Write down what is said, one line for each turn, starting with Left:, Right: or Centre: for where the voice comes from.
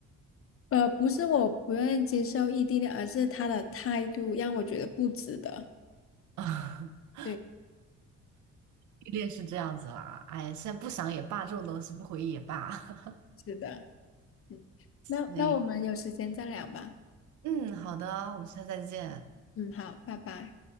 Left: 呃，不是我不愿意接受异地恋，而是他的态度让我觉得不值得。
Right: <laughs>
Left: 对，
Right: 异地恋是这样子啦，哎，现在不想也罢，这种东西不回忆也罢。<laughs>
Left: 是的，嗯，那那我们有时间再聊吧。
Right: 那，嗯，好的，我们下次再见。
Left: 嗯，好，拜拜。